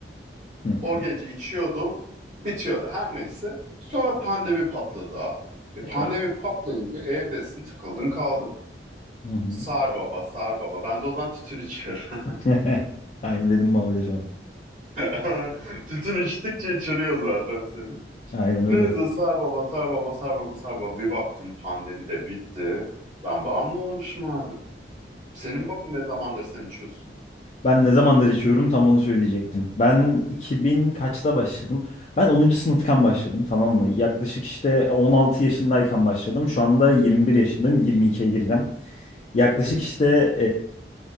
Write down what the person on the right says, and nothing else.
O gece içiyordum. Bitiyordu her neyse. Sonra pandemi patladı abi. E pandemi
patlayınca evdesin, tıkıldın kaldın.
Sar baba, sar baba. Ben de o zaman tütün içiyorum.
<laughs> Tütün içtikçe içiriyor zaten seni.
Neyse sar baba, sar baba, sar baba, sar baba. Bir baktım pandemi de bitti. Ben bağımlı olmuşum abi. Senin bab- ne zamandır sen içiyorsun?
Hı